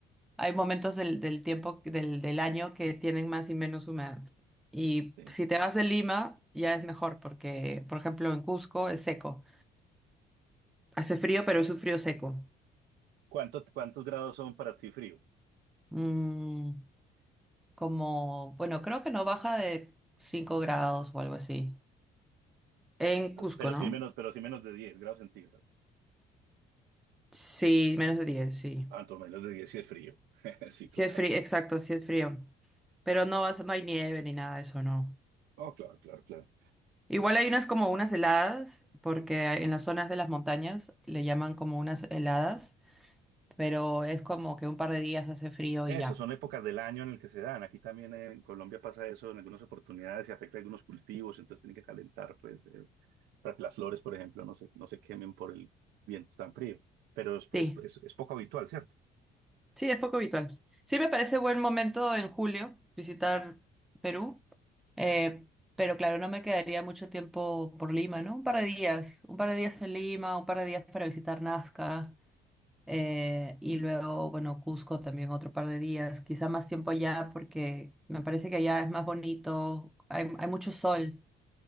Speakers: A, in the centre; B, on the right.
A: hay momentos del, del tiempo, del, del año que tienen más y menos humedad. Y
B: sí.
A: si te vas de Lima, ya es mejor, porque, por ejemplo, en Cusco es seco. Hace frío, pero es un frío seco.
B: ¿Cuánto- cuántos grados son para ti frío?
A: Mm, como, bueno, creo que no baja de 5 grados o algo así. En Cusco,
B: Pero
A: ¿no?
B: sí menos, pero sí menos de 10 grados centígrados.
A: Sí, menos de 10, sí.
B: tanto menos de diez sí es frío. <laughs> Sí,
A: Sí
B: claro.
A: es frío, exacto, sí es frío. Pero no, vas- no hay nieve ni nada de eso, no.
B: Oh, claro, claro, claro.
A: Igual hay unas como unas heladas, porque en las zonas de las montañas le llaman como unas heladas, pero es como que un par de días hace frío
B: Eso,
A: y ya.
B: son épocas del año en el que se dan. Aquí también eh, en Colombia pasa eso en algunas oportunidades, se afecta a algunos cultivos, entonces tienen que calentar, pues, eh, para que las flores, por ejemplo, no se, no se quemen por el viento tan frío. Pero es,
A: Sí,
B: es, es- es poco habitual, ¿cierto?
A: sí, es poco habitual. Sí me parece buen momento en julio visitar Perú. Eh, pero claro, no me quedaría mucho tiempo por Lima, ¿no? Un par de días, un par de días en Lima, un par de días para visitar Nazca, eh, y luego, bueno, Cusco también otro par de días, quizá más tiempo allá porque me parece que allá es más bonito, hay, hay mucho sol